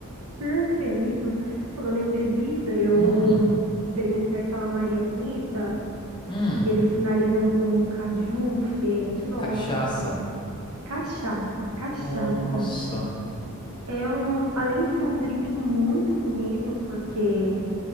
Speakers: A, on the right; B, on the left.
A: Perfeito. Falando em bebida, eu
B: Hum.
A: experimentei aquela Maria Bonita,
B: Hum,
A: que eles finalizam com caju, fê, nossa,
B: cachaça.
A: cachaça, cachaça.
B: Nossa.
A: É um, além de ser um drink muito bonito, porque